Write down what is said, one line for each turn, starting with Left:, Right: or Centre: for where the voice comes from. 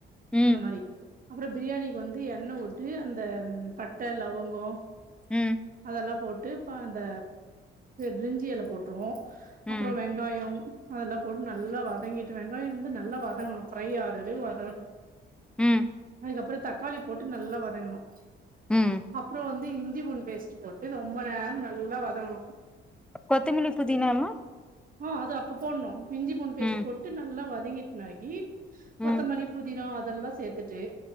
Centre: ம்
Right: அந்த மாரி அப்புறம் பிரியாணிக்கு வந்து எண்ண வுட்டு அந்த பட்ட லவங்கம்
Centre: ம்
Right: அதெல்லாம் போட்டு ப அந்த பிரிஞ்சியலை போட்டுருவோம்
Centre: ம்
Right: அப்றோம் வெங்காயம் அதெல்லாம் போட்டு நல்லா வதங்கிட்டு வெங்காயம் வந்து நல்லா வதங்கணும் ஃப்ரை ஆறுரு வதங்கணும்
Centre: ம்
Right: அதுக்கு அப்பறம் தக்காளி போட்டு நல்லா வதங்கணும்
Centre: ம்
Right: அப்பறம் வந்து இஞ்சி பூண்டு பேஸ்ட் போட்டு ரொம்ப நேரம் நல்லா வதங்கணு
Centre: கொத்தமெல்லி புதினாமும்
Right: ஆ அது அப்ப போடணு இஞ்சி பூண்டு பேஸ்ட்
Centre: ம்
Right: போட்டு நல்லா வதங்கிட்டுனாக்கி
Centre: ம்
Right: கொத்தமல்லி புதினா அதெல்லா சேத்துட்டு